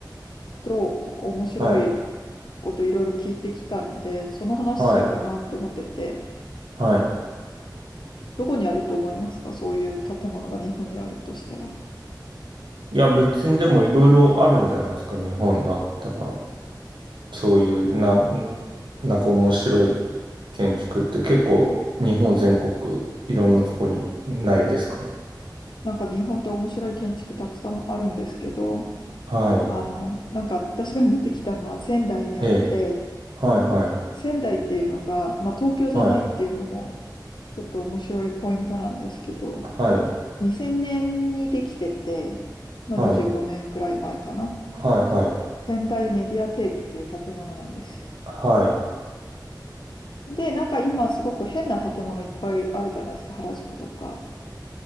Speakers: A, on the left; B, on the right.
A: と面白い
B: はい、
A: こといろいろ聞いてきたので、その話しようかなと思ってて、
B: はい、はい。
A: どこにあると思いますかそういう建物が日本にあるとしたら。
B: いや、別にでもいろいろあるんじゃないですか、日本だったら。そういう、なん、なんか面白い建築って結構日本全国いろんなとこにないですか
A: なんか日本って面白い建築たくさんあるんですけど、
B: はい、
A: あの、なんか私が見てきたのは仙台にあって、
B: ええ、はい、はい、
A: 仙台っていうのが、まあ、東京じゃないっていうのも
B: はい、
A: ちょっと面白いポイントなんですけど、
B: はい、
A: 2000年にできてて、まあ、
B: はい、
A: 25年ぐらい前かな。
B: はい、はい、
A: 仙台メディアテークっていう建物なんですよ。
B: はい。
A: で、なんか今すごく変な建物いっぱいあるじゃないですか、原宿とか。